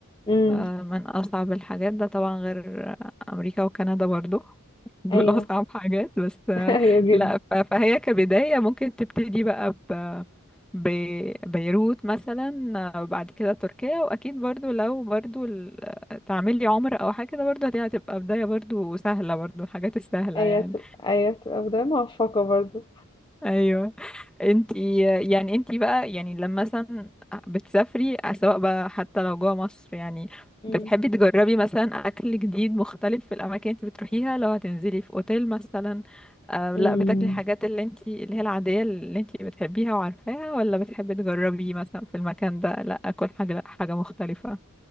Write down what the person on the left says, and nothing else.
امم
ايوه
<laughs> ايوه جدا
ايوه
تبقى ايوه تبقى بدايه موفقه برضو
امم
امم